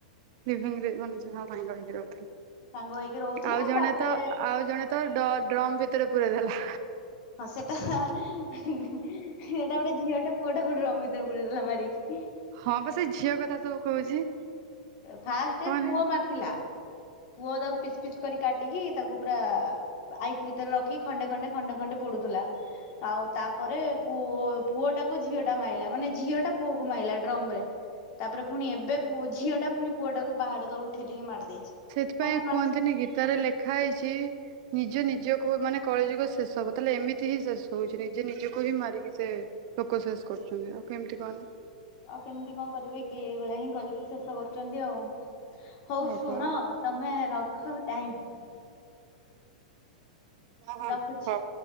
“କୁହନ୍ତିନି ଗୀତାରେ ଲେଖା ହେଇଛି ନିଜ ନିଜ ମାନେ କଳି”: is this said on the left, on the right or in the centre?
Right